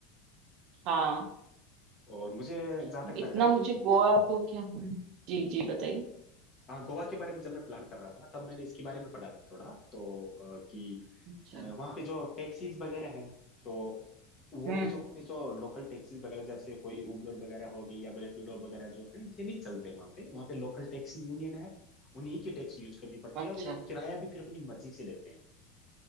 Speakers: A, on the right; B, on the left.
A: हाँ
B: और मुझे जहां
A: अब
B: तक
A: इतना
B: लग रहा है
A: मुझे
B: कि
A: गोवा तो क्या हम्म, जी जी बताइए
B: हाँ, गोवा के बारे में जब मैं प्लान कर रहा था तब मैंने इसके बारे में पढ़ा था थोड़ा तो अ, कि
A: अच्छा
B: वहाँ पे जो टैक्सीज वगैरह हैं तो वो
A: हम्म
B: भी जो अपने जो लोकल टैक्सीज वगैरह जैसे कोई उबर वगैरह हो गई या रैपिडो वगैरह जो है ये नहीं चलते वहाँ पे वहाँ पे लोकल टैक्सी यूनियन है उन्हीं की टैक्सी यूज करनी पड़ती
A: अच्छा
B: है और वो किराया भी फिर अपनी मर्जी से लेते हैं